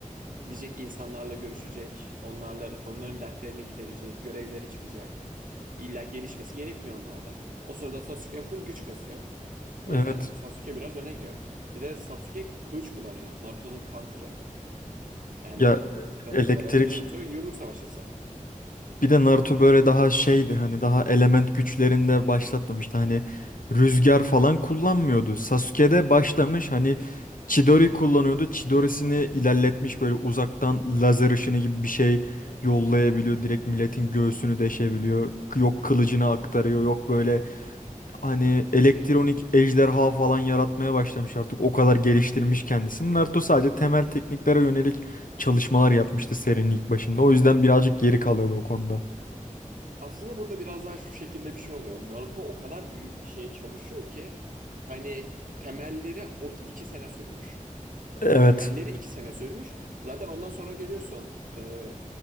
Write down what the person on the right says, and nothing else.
Gidecek insanlarla görüşecek, onlarla onların dertlerini giderecek, görevlere çıkacak. İlla gelişmesi gerekmiyor onlarda. O sırada Sasuke full güç kasıyor. O
yüzden Sasuke biraz öne gidiyor. Bir de Sasuke kılıç kullanıyor. Naruto'nun counter'ı. Yani
pratik
olarak Naruto yumruk savaşçısı.
Aslında burada biraz daha şu şekilde bir şey oluyor. Naruto o kadar büyük bir şeye çalışıyor ki hani temelleri o iki sene sürmüş. Hani
temelleri iki sene sürmüş. Zaten ondan sonra geliyorsun e,